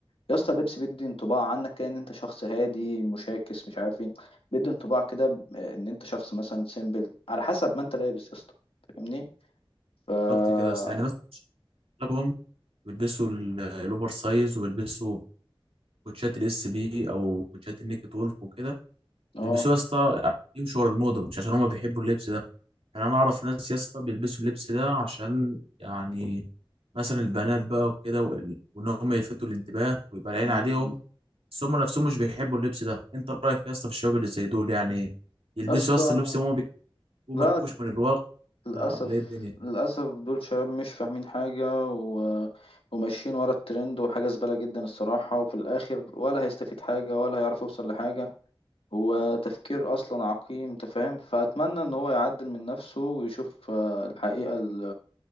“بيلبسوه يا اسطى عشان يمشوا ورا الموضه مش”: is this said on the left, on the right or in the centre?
Right